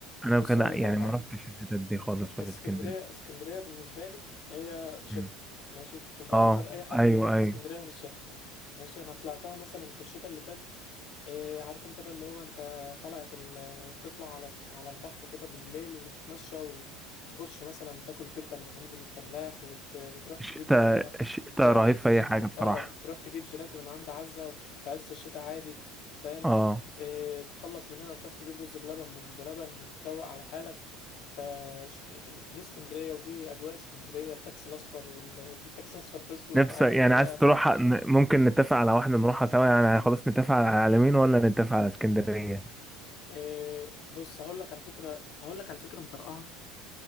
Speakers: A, in the centre; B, on the left.
A: انا
B: بص
A: كان
B: اقول
A: يعني
B: لك على حاجة
A: ما رحتش الحتت دي خالص
B: اسكندرية
A: في الاسكندرية
B: اسكندرية بالنسبة لي هي شتاء
A: مم.
B: ماشي وبقدر
A: اه
B: اي حد
A: ايوه
B: بيحب
A: ايوه
B: اسكندرية في الشتاء ماشي انا طلعتها مثلا في الشتاء اللي فات إيه عارف انت بقى اللي هو انت طلعت ال... تطلع على على البحر كده بالليل وتتمشى وتاخدش مثلا تاكل كبدة من عند الفلاح وت... وتروح تجيب
A: الشتاء
B: اه,
A: الشتاء
B: آه
A: رهيب في
B: ج-
A: اي حاجة بصراحة
B: آه، تروح تجيب جيلاتي من عند عزة في عز الشتاء عادي فاهم
A: اه
B: إيه تخلص من هنا تروح تجيب رز بلبن من بلبن وتروق على حالك ف ش- دي اسكندرية ودي أجواء اسكندرية التاكسي الأصفر والتاكسي الأصفر في أسود
A: نفسك
B: عارف
A: يعني
B: انت بقى
A: عايز تروح ممكن نتفق على واحدة نروحها سوا يعني خلاص نتفق على العلمين ولا نتفق على اسكندرية
B: إيه بص هقول لك على فكرة هقول لك على فكرة مطرقعة